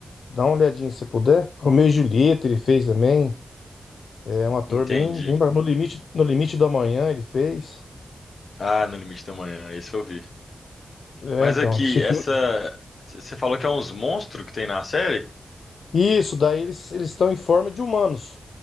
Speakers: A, on the left (about 80°); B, on the left (about 60°).
A: Dá uma olhadinha se você puder. Romeu e Julieta ele fez também. É um ator
B: entendi.
A: bem, bem bacana. No limite, no limite do amanhã ele fez.
B: Ah, No Limite da Manhã, esse eu vi.
A: É,
B: Mas
A: então.
B: aqui,
A: Esse filme...
B: essa. c- Você falou que é uns monstros que tem na série?
A: Isso, daí eles eles estão em forma de humanos.